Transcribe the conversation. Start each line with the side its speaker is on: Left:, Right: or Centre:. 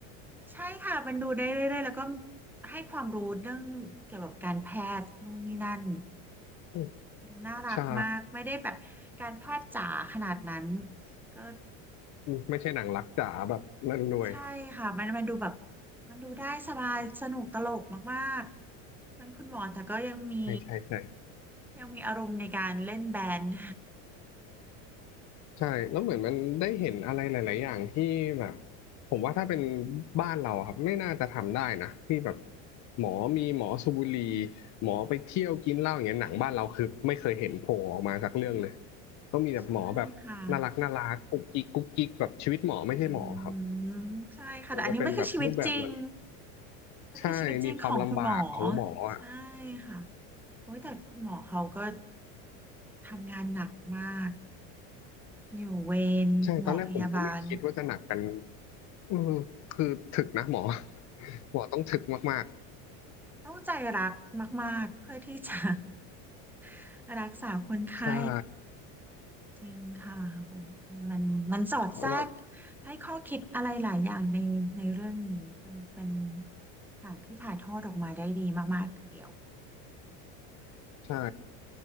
Centre: ใช่ค่ะมันดูได้เรื่อยๆแล้วก็ให้ความรู้เรื่องเกี่ยวกับการแพทย์นู่นนี่นั่น
Left: อืม
Centre: ดูน่ารักมากไม่ได้แบบการแพทย์จ๋าขนาดนั้น
Left: ใช่
Centre: ก็
Left: อืมไม่ใช่หนังรักจ๋าแบบนั่นด้วย
Centre: ใช่ค่ะมันมันดูแบบมันดูได้สบายสนุกตลกมากๆเป็นคุณหมอแต่ก็ยังมี
Left: ใช่ใช่ใช่
Centre: ยังมีอารมณ์ในการเล่นแบนด์
Left: ใช่แล้วเหมือนมันได้เห็นอะไรหลายๆอย่างที่แบบผมว่าถ้าเป็นบ้านเราอะครับไม่น่าจะทำได้นะที่แบบหมอมีหมอสูบบุหรี่หมอไปเที่ยวกินเหล้าอย่างเงี้ยหนังบ้านเราคือไม่เคยเห็นโผล่ออกมาสักเรื่องเลยก็มีแต่หมอแบบน่ารักน่ารักกุ๊กกิ๊กกุ๊กกิ๊กแบบชีวิตหมอไม่ใช่หมอครับ
Centre: ใช่ค่ะอืมใช่ค่ะแต่อันนี้ไม่คือชีวิตจริง
Left: มันจะเป็นแบบรูปแบบนั้น
Centre: ไม่คือชีวิตจริงของคุณหมอ
Left: ใช่มีความลำบากของหมออ่ะ
Centre: ใช่ค่ะโอ้ยแต่คุณหมอเขาก็ทำงานหนักมากอยู่เวรหมอพยาบาล
Left: ใช่ตอนแรกผมก็ไม่คิดว่าจะหนักกันอืมคือถึกนะหมอ <laughs> หมอต้องถึกมาก
Centre: <clears throat> ต้องใจรักมากๆเพื่อที่จะ <laughs> รักษาคนไข้
Left: ๆใช่
Centre: จริงค่ะโหมันมันสอดแทรก
Left: เพราะว่า
Centre: ให้ข้อคิดอะไรหลายอย่างในในเรื่องนี้ เป็นเป็นอย่างที่ถ่ายทอดออกมาได้ดีมากๆทีเดียว
Left: ใช่